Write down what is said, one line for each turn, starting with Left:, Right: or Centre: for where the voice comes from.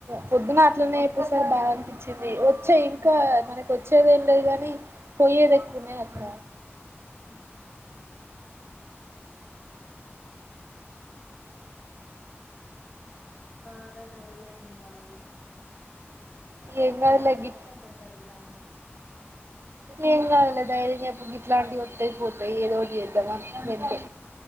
Right: పొద్దున అట్లనే అయిపోసార్ బాగా అనిపించింది వచ్చే ఇంకా మనకి వచ్చేది ఏం లేదు కాని పోయేది ఎక్కువనే అక్క
Left: ఉ మా కాడ ఎలయ భావిక
Right: ఏం
Left: ఒక్క
Right: కాదులే
Left: దాని తర్వాత
Right: గి
Left: ఒకటి జరుగుతాంది
Right: ఏం కాదులే ధైర్యం చెప్పు గి ఇట్లాంటివి వత్తయి పోతాయి ఏదో చేద్దామా వింటే